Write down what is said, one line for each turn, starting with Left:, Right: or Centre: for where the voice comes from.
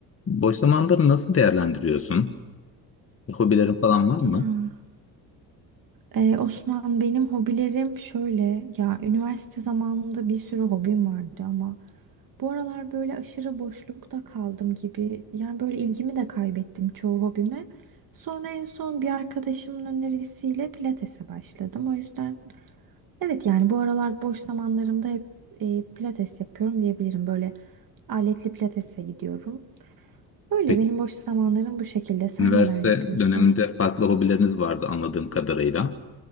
Left: Boş zamanları nasıl değerlendiriyorsun? Hobilerin falan var
Right: Ya,
Left: mı?
Right: e, Osman benim hobilerim şöyle ya üniversite zamanımda bir sürü hobim vardı ama bu aralar böyle aşırı boşlukta kaldım gibi yani böyle ilgimi de kaybettim çoğu hobime. Sonra en son bir arkadaşımın önerisiyle pilatese başladım. O yüzden evet yani bu aralar boş zamanlarımda hep e, pilates yapıyorum diyebilirim. Böyle aletli pilatese gidiyorum. Böyle
Left: Peki,
Right: benim boş zamanlarım bu şekilde. Sen
Left: üniversite
Right: neler yapıyorsun?
Left: döneminde farklı hobileriniz vardı anladığım kadarıyla.